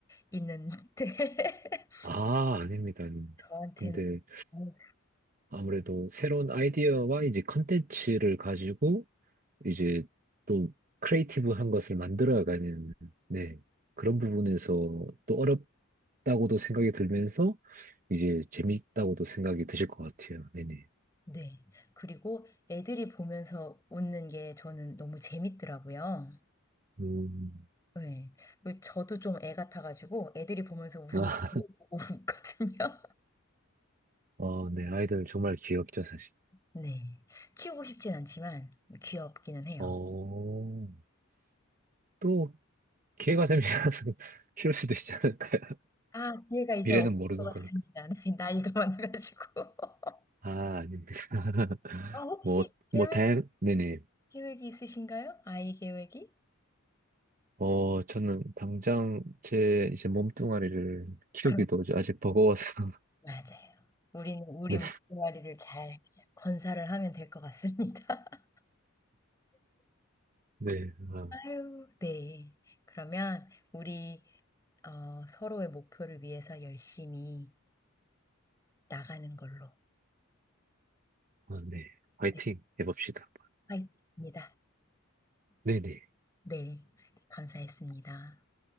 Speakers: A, on the left; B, on the right.
A: 있는데 <laughs>
B: 아, 아닙니다, 아닙니다.
A: 저한테는
B: 근데
A: 음,
B: 아무래도 새로운 아이디어와 이제 컨텐츠를 가지고 이제 또 크리에이티브한 것을 만들어가는 네, 그런 부분에서 또 어렵다고도 생각이 들면서 이제 재밌다고도 생각이 드실 것 같아요. 네네.
A: 네. 그리고 애들이 보면서 웃는 게 저는 너무 재밌더라고요.
B: 음.
A: 네. 그리고 저도 좀 애 같아가지고 애들이 보면서 웃으면
B: 아,
A: 저도 보고 웃거든요. <laughs>
B: <laughs> 어, 네, 아이들 정말 귀엽죠, 사실.
A: 네. 키우고 싶진 않지만 귀엽기는 해요.
B: 어, 또 기회가 되면 <laughs> 키울 수도 있지 않을까요?
A: 아, 기회가 이제
B: 미래는
A: 없을
B: 모르는
A: 것
B: 거니까.
A: 같습니다. <laughs> 나이가 많아가지고. <laughs>
B: 아, 아닙니다. <laughs>
A: 아, 혹시
B: 뭐,
A: 계획,
B: 뭐, 다양, 네네.
A: 계획이 있으신가요? 아이 계획이?
B: 어, 저는 당장 제 이제 몸뚱아리를 키우기도
A: 그,
B: 아직 버거워서. <laughs>
A: 맞아요. 우리는 우리
B: 네,
A: 몸뚱아리를 잘 건사를 하면 될 것 같습니다. <laughs>
B: 네, 아,
A: 아유, 네. 그러면 우리 어, 서로의 목표를 위해서 열심히 나가는 걸로.
B: 아, 네. 화이팅
A: 네,
B: 해봅시다.
A: 화이팅입니다.
B: 네네.
A: 네, 감사했습니다.